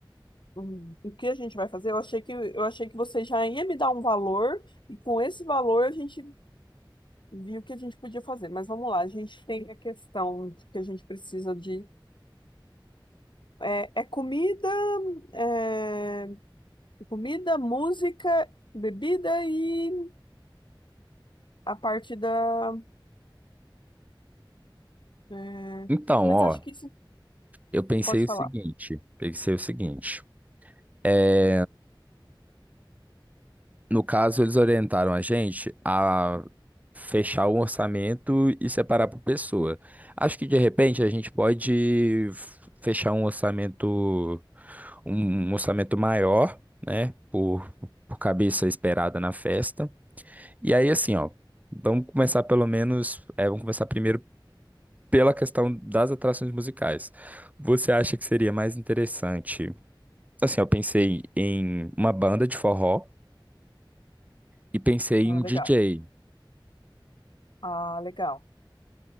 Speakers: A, on the left; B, on the right.
A: Hum, O que a gente vai fazer? Eu achei que, eu achei que você já ia me dar um valor e com esse valor a gente viu o que a gente podia fazer. Mas vamos lá, a gente tem a questão de que a gente precisa de... É, é comida, é, Comida, música, bebida e a parte da. é,
B: Então,
A: Mas
B: ó,
A: acho que isso
B: eu pensei
A: pode falar.
B: o seguinte, pensei o seguinte. é, No caso, eles orientaram a gente a fechar o orçamento e separar por pessoa. Acho que de repente a gente pode f- fechar um orçamento, um um orçamento maior, né? Por, por cabeça esperada na festa. E aí, assim, ó, vamos começar pelo menos, é, vamos começar primeiro pela questão das atrações musicais. Você acha que seria mais interessante? Assim, eu pensei em uma banda de forró e pensei
A: Ah,
B: em
A: legal.
B: um DJ. O
A: Ah, legal.